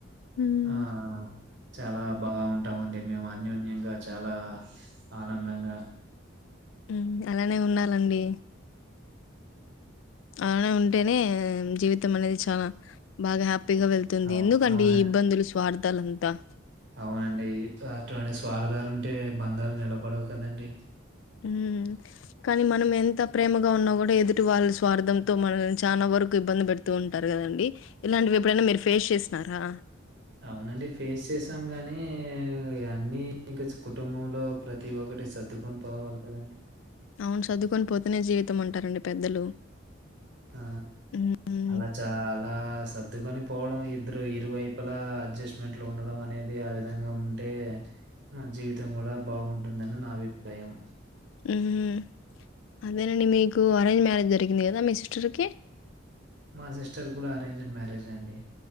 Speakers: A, on the left; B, on the right.
A: హ్మ్.
B: ఆ చాలా బాగా ఉంటామండి మేము అన్యోన్యంగా చాలా ఆనందంగా
A: ఉమ్ అలానే ఉండాలండి అలానే ఉంటేనే జీవితం అనేది చానా బాగా హ్యాపీగా వెళ్తుంది
B: అవును.
A: ఎందుకండి
B: అవునండి.
A: ఈ ఇబ్బందులు స్వార్థాలు త్త
B: అవునండి అటువంటి స్వార్థాలు ఉంటే బంధాలు నిలబడవు కదండి
A: ఉమ్ కానీ మనం ఎంత ప్రేమగా ఉన్నా కూడా ఎదుటి వాళ్ళ స్వార్థంతో మనల్ని చానా వరకు ఇబ్బంది పెడుతూ ఉంటారు కదండి ఇలాంటివి ఎప్పుడైనా మీరు ఫేస్ చేసినారా
B: అవునండి ఫేస్ చేసాం గానీ అన్నీ ఇంక కుటుంబంలో ప్రతి ఒకటి సర్దుకొని పోవాలి కదండి
A: అవును సర్దుకొని పోతేనే జీవితం అంటారండి పెద్దలు
B: ఆ
A: హ్మ్.
B: అలా చాలా సర్దుకొని పోవడం ఇద్దరు ఇరువైపులా అడ్జస్ట్మెంట్ లో ఉండడం అనేది ఆ విధంగా ఉంటే నా జీవితం కూడా బాగుంటుందని నా అభిప్రాయం
A: ఉహుమ్మ్ అదేనండి మీకు అరేంజ్ మ్యారేజ్ జరిగింది కదా మీ సిస్టర్కి
B: మా సిస్టర్ కూడా అరేంజ్డ్ మ్యారేజ్ అండి